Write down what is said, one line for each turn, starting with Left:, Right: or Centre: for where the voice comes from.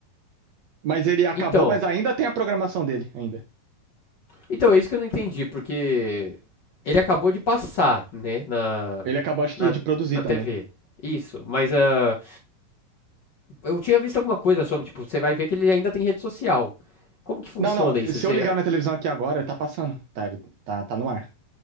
Right: Mas ele acabou,
Left: Então.
Right: mas ainda tem a programação dele, ainda.
Left: Então, é isso que eu não entendi, porque. Ele acabou de passar, né? Na.
Right: Ele acabou, acho
Left: Na,
Right: que, de produzir
Left: na TV.
Right: também.
Left: Isso. Mas a. Eu tinha visto alguma coisa sobre, tipo, você vai ver que ele ainda tem rede social. Como que funciona
Right: Não, não,
Left: isso?
Right: se
Left: Será-
Right: eu ligar minha televisão aqui agora, ele tá passando. Tá, ele tá, tá no ar.